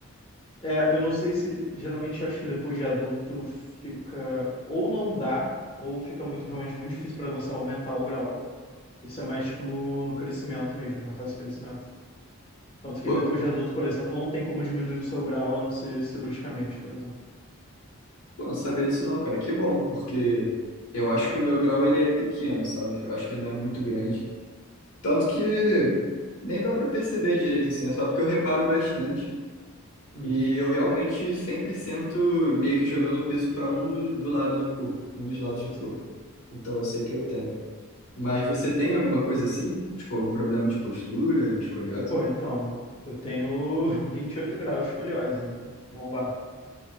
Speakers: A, on the left; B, on the left.
A: É, eu não sei se. Geralmente eu acho que depois de adulto fica. Ou não dá, ou fica muito, realmente muito difícil pra você aumentar o grau. Isso é mais tipo no, no crescimento mesmo, na fase de crescimento. Tanto que
B: Pô,
A: depois de adulto, por exemplo, não tem como diminuir o seu grau a não ser cirurgicamente, por exemplo.
B: pô, não sabia disso não, cara, que bom, porque eu acho que o meu grau ele é pequeno, sabe? Eu acho que não é muito grande. Tanto que nem dá pra perceber direito, assim, é só porque eu reparo bastante.
A: Uhum,
B: E eu realmente sempre sinto meio que jogando o peso para um do, do lado do corpo, um dos lados do
A: sim.
B: corpo. Então eu sei que eu tenho. Mas você tem alguma coisa assim? Tipo, algum problema de postura, escoliose?
A: Pô, então, eu tenho <laughs> 28 graus de escoliose, né? Lombar.